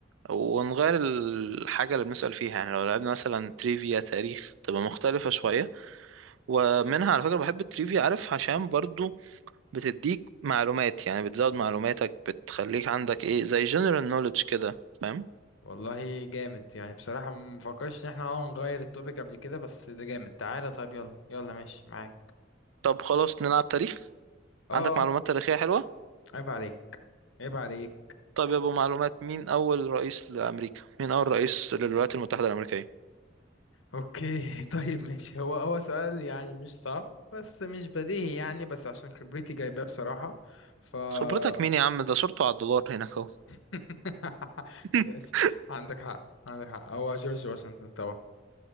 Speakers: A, on the right (about 80°); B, on the left (about 85°).
A: ونغير الحاجة اللي بنسأل فيها يعني لو لعبنا مثلا تريفيا تاريخ تبقى مختلفة شوية ومنها على فكرة بحب التريفيا عارف عشان برضو بتديك معلومات يعني بتزود معلوماتك بتخليك عندك ايه زي جنرال نوليدج كده فاهم
B: والله جامد يعني بصراحة ما مفكرش إن إحنا أه نغير التوبيك قبل كده بس ده جامد تعالى طيب يلا يلا ماشي معاك
A: طب خلاص نلعب تاريخ
B: أه
A: عندك معلومات
B: أه
A: تاريخية حلوة
B: عيب عليك عيب عليك
A: طب يا ابو معلومات مين أول رئيس لأمريكا مين أول رئيس للولايات المتحدة الأمريكية
B: أوكي <laughs> طيب ماشي هو هو سؤال يعني مش صعب بس مش بديهي يعني بس عشان خبرتي جايباه بصراحة فا
A: خبرتك مين يا عم ده صورته على الدولار هناك اهو
B: <laughs>
A: <laughs>
B: ماشي عندك حق عندك حق هو جورج واشنطن طبعا